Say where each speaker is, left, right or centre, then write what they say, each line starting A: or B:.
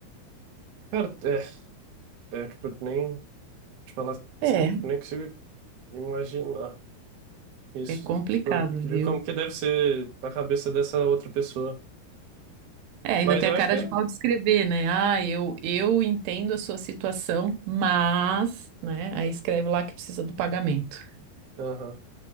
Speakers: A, on the right; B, on the right.
A: Cara, é, é, tipo, nem, te falar
B: É,
A: sério, tipo, nem consigo imaginar isso,
B: é complicado,
A: tipo,
B: viu?
A: de como que deve ser na cabeça dessa outra pessoa.
B: É, ainda
A: Mas
B: tem
A: eu
B: a cara
A: acho que
B: de
A: é,
B: pau de escrever, né? Ah, eu, eu entendo a sua situação, mas, né? Aí escreve lá que precisa do pagamento.
A: aham,